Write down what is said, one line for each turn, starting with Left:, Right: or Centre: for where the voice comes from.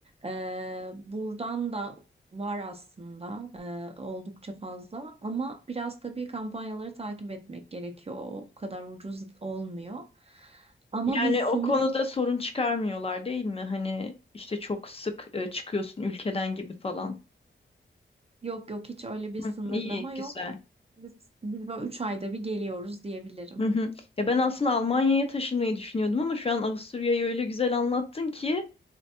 Right: Ee, buradan da var aslında ee, oldukça fazla. Ama biraz tabii kampanyaları takip etmek gerekiyor. O kadar ucuz olmuyor. Ama
Left: Yani
Right: biz sanırım
Left: o konuda sorun çıkarmıyorlar değil mi? Hani işte çok sık e, çıkıyorsun ülkeden gibi falan.
Right: yok yok hiç öyle bir sınırlama
Left: Hı, iyi, güzel.
Right: yok. Biz, biz böyle 3 ayda bir geliyoruz diyebilirim.
Left: Hı hı. Ya ben aslında Almanya'ya taşınmayı düşünüyordum ama şu an Avusturya'yı öyle güzel anlattın ki